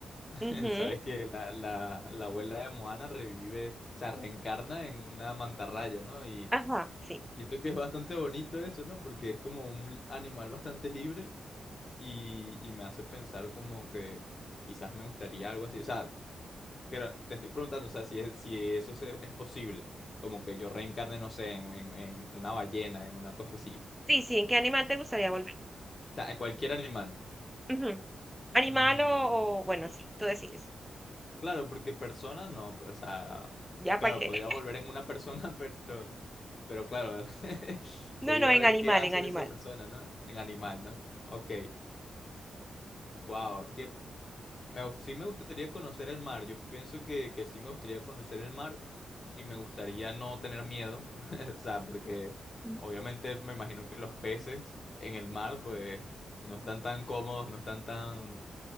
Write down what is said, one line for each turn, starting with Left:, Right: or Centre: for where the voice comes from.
Left: <laughs>
Centre: Ujú,
Left: Sabes que la, la, la abuela de Moana revive, o sea, reencarna en una mantarraya, ¿no? Y,
Centre: Ajá, sí.
Left: y siento que es bastante bonito eso, ¿no? Porque es como un animal bastante libre y, y me hace pensar como que quizás me gustaría algo así. O sea, Creo- te estoy preguntando, o sea, si, es- si eso se- es posible, como que yo reencarne, no sé, en, en- en una ballena, en una cosa así,
Centre: Sí, sí, ¿en qué animal te gustaría volver?
Left: o sea, en cualquier animal.
Centre: Ujú. ¿Animal
Left: Mm,
Centre: o, o- bueno, sí, tú decides.
Left: claro, porque persona no, pues, o sea,
Centre: ¿Ya
Left: claro,
Centre: para qué?
Left: podría
Centre: <laughs>
Left: volver en una persona, <laughs> pero, pero claro, <laughs>
Centre: No,
Left: sería
Centre: no, en
Left: ver
Centre: animal,
Left: qué va a
Centre: en
Left: hacer
Centre: animal.
Left: esa persona, ¿no? En animal, ¿no? Ok, wow, es que me, gust- sí me gustaría conocer el mar, yo pienso que, que sí me gustaría conocer el mar, y me gustaría no tener miedo, <laughs> o sea, porque
Centre: Mm.
Left: obviamente me imagino que los peces en el mar, pues, no están tan cómodos, no están tan,